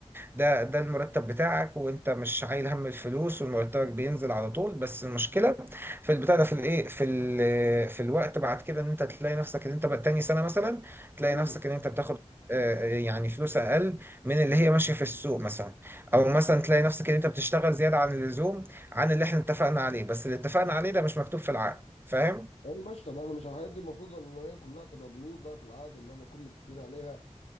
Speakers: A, on the right; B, on the left.
A: ده ده المرتب بتاعك وانت مش شايل هم الفلوس ومرتبك بينزل على طول بس المشكلة في البتاع ده في الايه في ال... في الوقت بعد كده ان انت تلاقي نفسك ان انت بقى تاني سنة مثلا تلاقي
B: امم
A: نفسك ان انت بتاخد آه، آه، يعني فلوس اقل من اللي هي ماشيه في السوق مثلا او مثلا تلاقي نفسك ان انت بتشتغل زياده عن اللزوم عن اللي احنا اتفقنا عليه بس اللي اتفقنا عليه ده مش مكتوب في العقد فاهم
B: ايوه ماشي طب احنا مش الحاجات دي المفروض ان هي كلها تبقى بنود بقى في العقد ان احنا نكون متفقين عليها